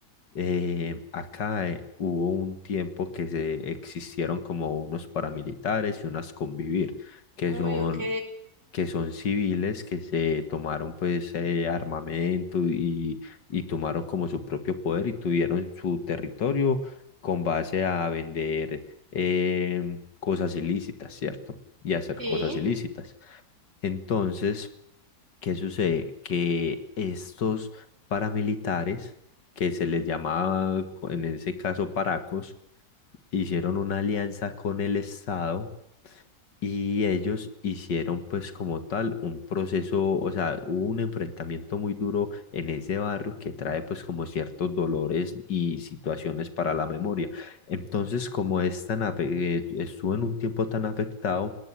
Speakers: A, on the left; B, on the right.
A: Eh, acá eh, hubo un tiempo que se existieron como unos paramilitares y unas convivir, que
B: Uy,
A: son,
B: ok,
A: que son civiles que se tomaron pues eh, armamento y, y tomaron como su propio poder y tuvieron su territorio con base a vender em, cosas ilícitas, ¿cierto? Y hacer
B: sí,
A: cosas ilícitas. Entonces, ¿qué sucede? Que estos paramilitares, que se les llamaba co- en ese caso paracos, hicieron una alianza con el Estado y ellos hicieron pues como tal un proceso, o sea, hubo un enfrentamiento muy duro en ese barrio que trae pues como ciertos dolores y situaciones para la memoria. Entonces, como es tan ape- eh, estuvo en un tiempo tan afectado,